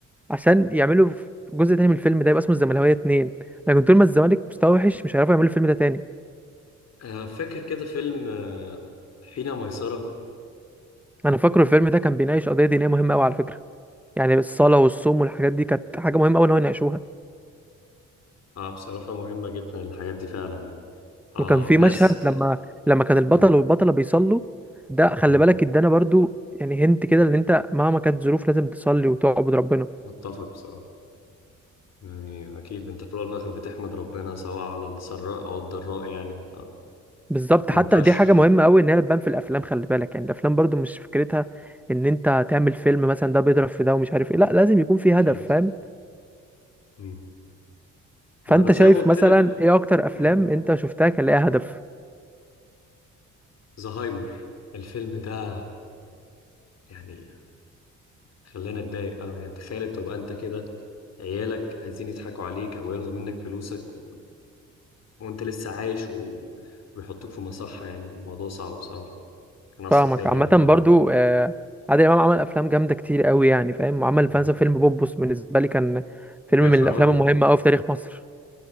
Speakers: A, in the centre; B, on the left (about 55°).
A: عشان يعملوا جزء تاني من الفيلم ده يبقى اسمه الزملكاويه اتنين لكن طول ما الزمالك مستواه وحش مش هيعرفوا يعملوا الفيلم ده تاني
B: آه، فاكر كده فيلم آه، حين ميسرة
A: انا فاكره الفيلم ده كان بيناقش قضيه دينيه مهمه قوي على فكره يعني الصلاه والصوم والحاجات دي كانت حاجه مهمه قوي ان هو يناقشوها
B: آه بصراحة مهمة جدا الحاجات دي فعلا آه
A: وكان في
B: الناس
A: مشهد لما
B: آه،
A: لما كان البطل
B: مم.
A: والبطله بيصلوا ده خلي
B: مم.
A: بالك ادانا برضو يعني هنت كده ان انت مهما كانت ظروف لازم تصلي وتعبد ربنا
B: متفق بصراحة يعني أكيد أنت في الأول وفي الآخر بتحمد ربنا سواء على السراء أو الضراء يعني آه.
A: بالظبط
B: ما
A: حتى
B: ينفعش
A: دي حاجة مهمة قوي ان هي بتبان في الافلام خلي بالك يعني الافلام برضو مش فكرتها ان انت تعمل فيلم مثلا ده بيضرب في ده ومش عارف ايه لا لازم يكون في هدف
B: اكيد
A: فاهم
B: مم.
A: فانت
B: ما انا زي
A: شايف
B: ما قلت
A: مثلا
B: لك
A: ايه اكتر افلام
B: مم.
A: انت شفتها كان ليها هدف
B: زهايمر الفيلم ده يعني خلانا اتضايق أوي يعني تخيل تبقى انت كده عيالك عايزين يضحكوا عليك او ياخدوا منك فلوسك و... وانت لسه عايش و... ويحطوك في مصحة يعني الموضوع صعب بصراحة كان اثر
A: فاهمك
B: فيا جامد
A: عامة
B: أوي
A: برضو
B: يعني
A: آه عادل امام عمل افلام جامدة كتير قوي يعني فاهم وعمل
B: مم.
A: مثلا فيلم بوبوس بالنسبة لي كان فيلم
B: يا
A: من
B: خرابي
A: الافلام المهمة قوي في تاريخ مصر